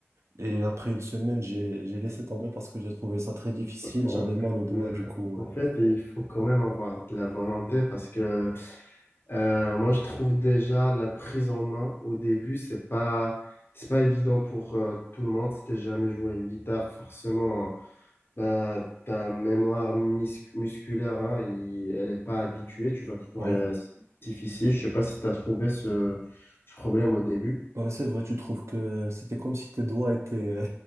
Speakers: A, on the right; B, on the left.
A: Et après une semaine, j'ai, j'ai laissé tomber parce que j'ai trouvé ça très difficile.
B: En
A: J'avais mal aux doigts,
B: euh,
A: du coup.
B: en
A: euh.
B: fait, il faut quand même avoir de la volonté parce que euh, moi, je trouve déjà la prise en main au début, c'est pas, c'est pas évident pour euh, tout le monde. Si t'as jamais joué une guitare, forcément, bah, ta mémoire mis- musculaire, hein, il- elle est pas habituée. Tu vas trouver
A: Ouais.
B: euh, difficile. Je sais pas si tu as trouvé ce, ce problème au début.
A: Ouais, c'est vrai, tu trouves que c'était comme si tes doigts étaient, euh,